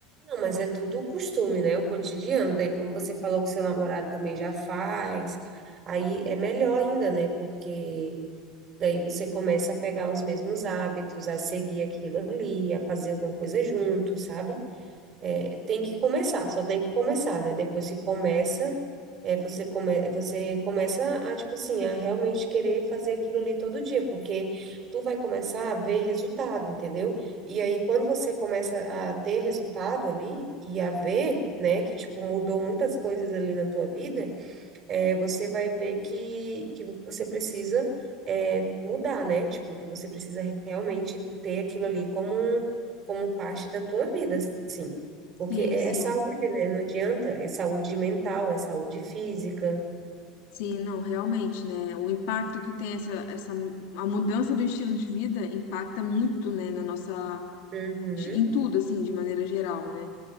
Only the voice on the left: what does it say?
Sim,
sim.
Sim, não, realmente, né? O impacto que tem essa, essa a mudança do estilo de vida impacta muito, né, na nossa
de- em tudo assim, de maneira geral, né?